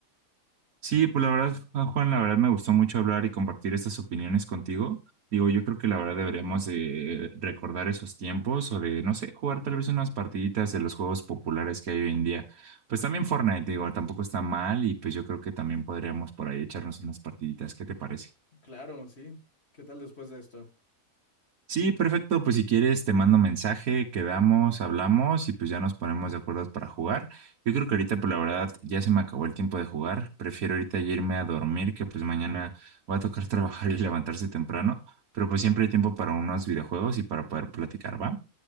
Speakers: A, on the right (about 85°); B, on the left (about 50°).
A: Sí, pues la verdad, ah, Juan, la verdad me gustó mucho hablar y compartir estas opiniones contigo. Digo, yo creo que la verdad deberíamos de recordar esos tiempos o de, no sé, jugar tal vez unas partiditas de los juegos populares que hay hoy en día. Pues también Fortnite, digo, tampoco está mal y pues yo creo que también podríamos por ahí echarnos unas partiditas. ¿Qué te parece?
B: Claro, sí. ¿Qué tal después de esto?
A: Sí, perfecto. Pues si quieres, te mando mensaje, quedamos, hablamos y pues ya nos ponemos de acuerdo para jugar. Yo creo que ahorita, por la verdad, ya se me acabó el tiempo de jugar. Prefiero ahorita ya irme a dormir, que pues mañana va a tocar <laughs> trabajar y levantarse temprano. Pero pues siempre hay tiempo para unos videojuegos y para poder platicar, ¿va?